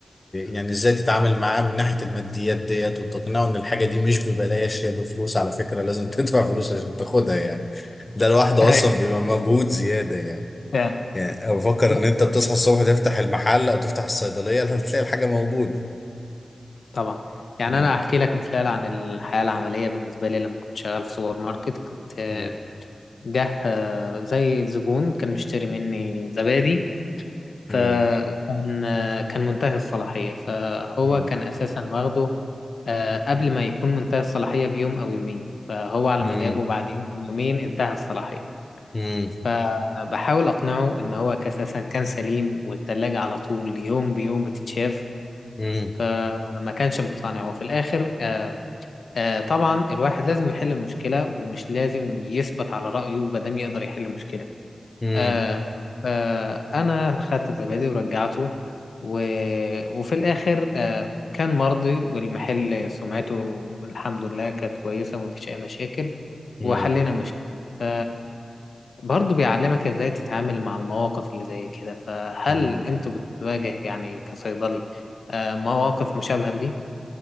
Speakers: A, on the left; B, on the left.
A: يعني ازاي تتعامل معاه من ناحية الماديات ديت وتقنعه ان الحاجة دي مش ببلاش هي بفلوس على فكرة لازم <laughs> تدفع فلوس عشان تاخدها يعني ده لوحده
B: <laughs> ايوه
A: اصلا بيبقى مجهود زيادة يعني
B: فعلا
A: يعني أنا بفكر
B: لا،
A: ان انت بتصحى الصبح تفتح المحل او تفتح الصيدلية هتلاقي الحاجة موجودة
B: طبعا يعني
A: مم.
B: أنا أحكي لك مثال عن الحياة العملية بالنسبة لي لما كنت شغال في سوبر ماركت كنت آه،
A: مم.
B: جه آه، زي زبون كان مشتري مني زبادي فكان
A: مم.
B: آه، كان منتهي الصلاحية فهو
A: مم.
B: كان أساسا واخده آه، قبل ما يكون منتهي الصلاحية بيوم أو يومين فهو على
A: مم.
B: ما جابه بعد يوم أو يومين انتهى الصلاحية
A: مم.
B: فبحاول أقنعه إن هو أساسا كان سليم والتلاجة على طول يوم بيوم بتتشاف
A: مم.
B: فما كانش مقتنع وفي الآخر آه آه طبعا الواحد لازم يحل المشكلة ومش لازم يثبت على رأيه مادام يقدر يحل المشكلة
A: مم.
B: آه آه أنا خدت الزبادي ورجعته و... وفي الآخر آه كان مرضي والمحل سمعته الحمد لله كانت كويسة ومفيش أي مشاكل
A: مم.
B: وحلينا مشكلة ف برضه بيعلمك ازاي تتعامل مع المواقف اللي زي كده فهل
A: مم.
B: انت بتواجه يعني كصيدلي آه، مواقف مشابهة لدي